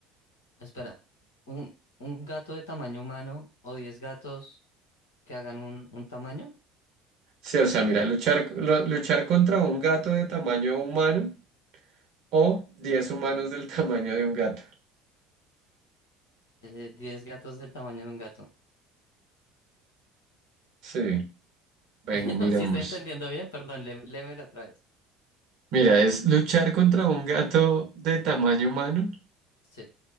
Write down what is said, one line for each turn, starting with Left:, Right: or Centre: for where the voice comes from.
Left: Espera, ¿un, un gato de tamaño humano o 10 gatos que hagan un, un tamaño?
Right: Sí, o sea, mira,
Left: ¿Eh?
Right: luchar, lo- luchar contra un gato de tamaño humano o 10 humanos del tamaño de un gato.
Left: Eh, 10 gatos del tamaño de un gato.
Right: Sí, ven,
Left: <laughs>
Right: miramos.
Left: Si estoy entendiendo bien, perdón, lé- léemelo otra vez.
Right: Mira, es luchar contra un gato de tamaño humano
Left: Sí,